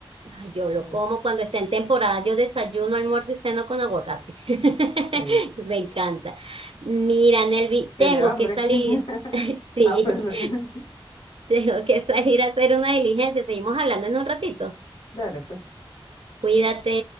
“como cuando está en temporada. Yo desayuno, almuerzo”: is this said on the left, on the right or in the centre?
Right